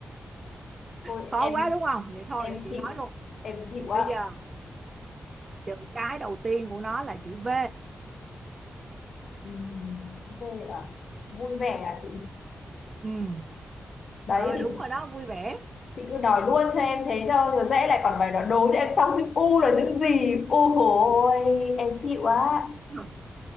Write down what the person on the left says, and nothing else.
ôi
em
em
chịu
em chịu á
Ừ, về à vui vẻ à chị
đấy
thì
chị cứ nói luôn cho em thế cho rồi dễ lại còn phải nói đố cho em xong chữ u là chữ gì u ôi em chịu á